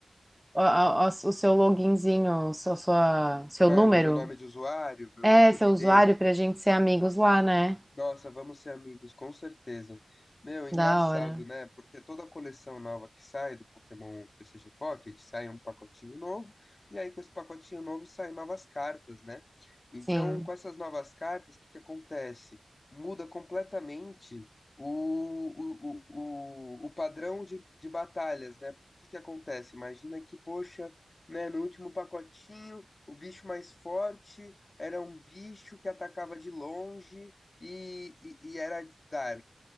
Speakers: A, in the centre; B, on the left (about 45°).
A: a- a- o seu loginzinho, o seu, sua, seu
B: Mando
A: número.
B: meu nome é de usuário, meu
A: É, seu
B: ID,
A: usuário pra gente ser amigos lá, né?
B: nossa, vamos ser amigos, com certeza. Meu, engraçado,
A: Da hora.
B: né? Porque toda coleção nova que sai do Pokémon TCG Pocket sai um pacotinho novo, e aí com esse pacotinho novo saem novas cartas, né? Então,
A: Sim,
B: com essas novas cartas, o que que acontece? Muda completamente o, o, o, o o padrão de, de batalhas, né? Porque o que que acontece? Imagina que, poxa, né, no último pacotinho, o bicho mais forte era um bicho que atacava de longe e, e, e era Dark,